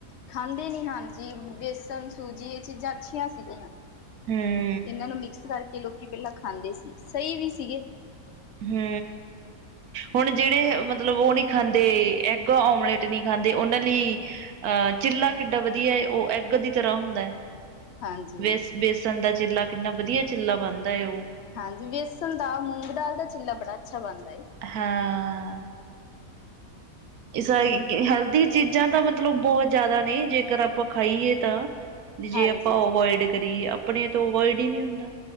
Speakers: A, on the left; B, on the right.
A: ਖਾਂਦੇ ਨੀ ਹਾਂਜੀ ਬੇਸਨ, ਸੂਜੀ ਏਹ ਚੀਜ਼ਾਂ ਅੱਛੀਆਂ ਸੀਗੀਆਂ।
B: ਹੂੰ।
A: ਏਨਾਂ ਨੂੰ ਮਿਕਸ ਕਰਕੇ ਲੋਕੀ ਪੈਲਾਂ ਖਾਂਦੇ ਸੀ, ਸਹੀ ਵੀ ਸੀਗੇ।
B: ਹੂੰ। ਹੁਣ ਜੇੜੇ ਮਤਲਬ ਓਹ ਨੀ ਖਾਂਦੇ ਐਗ ਔਮਲੇਟ ਨੀ ਖਾਂਦੇ, ਔਹਨਾਂ ਲੀ ਅਹ ਚਿੱਲਾ ਕਿੱਡਾ ਵਧੀਆ ਏ, ਓਹ ਐਗ ਦੀ ਤਰ੍ਹਾਂ ਹੁੰਦੈ।
A: ਹਾਂਜੀ।
B: ਵੇਸ ਬੇਸਣ ਦਾ ਚਿੱਲਾ ਕਿੰਨਾ ਵਧੀਆ ਚਿੱਲਾ ਬਣਦਾ ਏ ਔ।
A: ਹਾਂਜੀ, ਵੇਸਣ ਦਾ ਮੂੰਗ ਦਾਲ ਦਾ ਚਿੱਲਾ ਬੜਾ ਅੱਛਾ ਬਣਦਾ ਏ।
B: ਹਾਂ। ਏ ਸਾਗੀ ਕੇ ਹੈਲਦੀ ਚੀਜ਼ਾਂ ਤਾਂ ਮਤਲਬ ਬੌਤ ਜੈਦਾ ਨੇ ਜੇਕਰ ਆਪਾਂ ਖਾਈਏ ਤਾਂ। ਵੀ ਜੇ
A: ਹਾਂਜੀ।
B: ਆਪਾਂ ਅਵੋਇਡ ਕਰੀਏ ਅਪਣੇ ਤੋਂ ਅਵੋਇਡ ਹੀ ਨੀ ਹੁੰਦਾ।